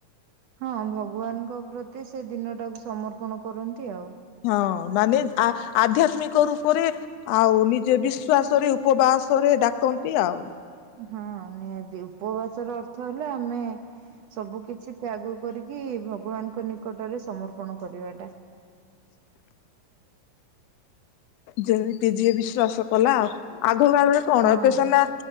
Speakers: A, on the right; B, on the left.
A: ହଁ ଭଗବାନଙ୍କ ପ୍ରତି ସେ ଦିନ ଟାକୁ ସମର୍ପଣ କରନ୍ତି ଆଉ।
B: ହଁ ମାନେ ଆ ଆଧ୍ୟାତ୍ମିକ ରୂପରେ। ଆଉ ନିଜ ବିଶ୍ଵାସ ରେ ଉପବାସ ରେ ଡାକନ୍ତି ଆଉ।
A: ହଁ ନିହାତି ଉପବାସ ର ଅର୍ଥ ହେଲା ଆମେ ସବୁ କିଛି କୁ ଆଗ କରିକି ଭଗବାନଙ୍କ ନିକଟରେ ସମର୍ପଣ କରିବାଟା
B: ଯେମିତି ଯିଏ ବିଶ୍ଵାସ କଲା ଆଉ ଆଗ କାଳରେ କଣ
A: ହଁ।
B: ଏବେ ସେନା